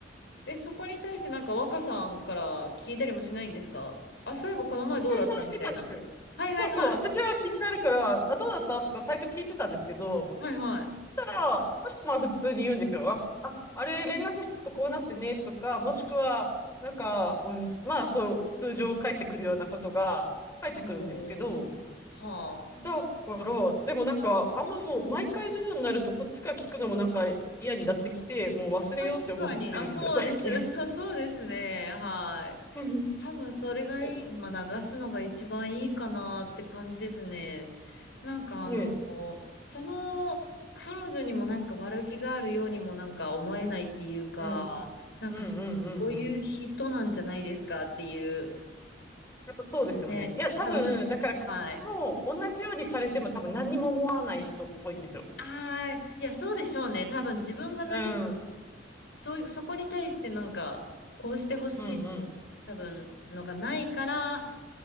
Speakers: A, on the left; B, on the left.
A: え、そこに対してなんか若さんから聞いたりもしないんですかあ、そういえばこの前どうだったみたいな。
B: 最初はしてたんですよ。
A: はいはいはい。
B: そうそう。私は気になるから、あ、どうだったとか最初聞いてたんですけど、
A: はいはい。
B: たら、そしてまあ普通に言うんですよ。あ、ああれ連絡しとこうなってねとか、もしくは、なんか、うん、まあそう、通常返ってくるようなことが返ってくるんですけど、
A: おお、はあ。
B: だから、でもなんか、あんまもう毎回のようになると、こっちから聞くのもなんか嫌になってきて、もう忘れようって思ってるんですよ、
A: 確かに、あ、そうです。
B: 最近。
A: そう、そうですね。はい。
B: <laughs> ね
A: 多分それがいい、
B: え。
A: まあ、流すのが一番いいかなって感じですね。なんかあの、
B: ねえ。
A: その、彼女にもなんか悪気があるようにもなんか思えないっていうか、
B: うん。
A: なんかそういう人なんじゃないですかっていう。
B: うんうんうんうん。やっぱそうですよね。
A: ね、
B: いや、多分、
A: 多分、
B: だから、彼女も同じようにされても多分何にも思わない人っぽいんですよ。
A: はい。ああ、いや、そうでしょうね。多分自分が何も
B: うん。
A: そういう、そこに対してなんか、こうしてほしい、
B: うんうん。
A: 多分、のがないから、